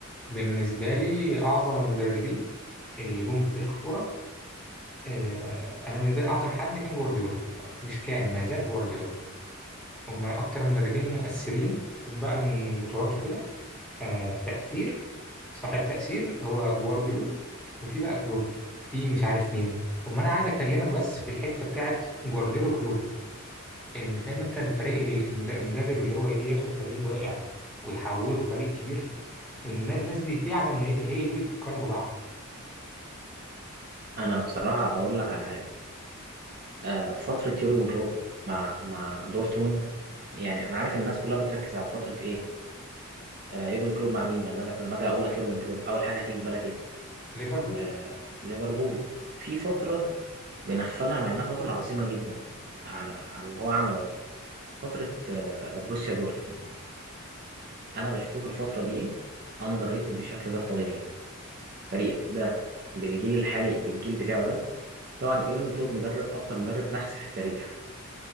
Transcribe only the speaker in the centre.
بالنسبة لي أعظم المدربين اللي جم في تاريخ الكورة آه، أنا بالنسبة لي أعظم حد كان جوارديولا مش كان ما زال جوارديولا هم أكتر مدربين مؤثرين بقى من البطولات وكده آه، تأثير صاحب تأثير هو جوارديولا وفي بقى كلوب في مش عارف مين أما أنا عايز أكلمك بس في الحتة بتاعت جوارديولا وكلوب إن فاهم أنت الفريق ال- المد- المدرب اللي هو يجي ياخد فريق واقع ويحوله فريق كبير النا- الناس دي فعلا هي هي دي اللي تتقارن ببعض
ليفربول